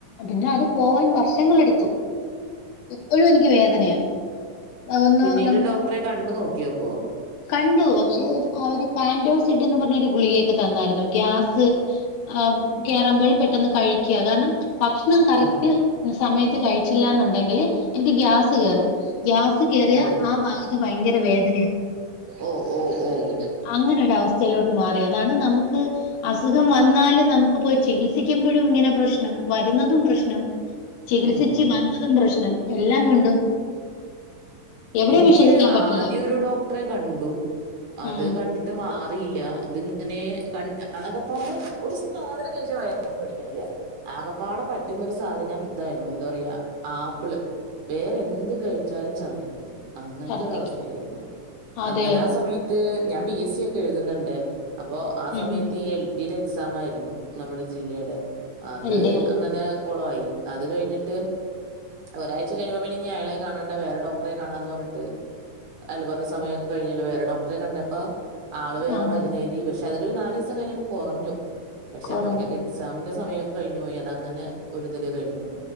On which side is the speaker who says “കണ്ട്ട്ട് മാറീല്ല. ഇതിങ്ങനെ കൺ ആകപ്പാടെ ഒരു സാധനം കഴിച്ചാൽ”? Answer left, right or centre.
Right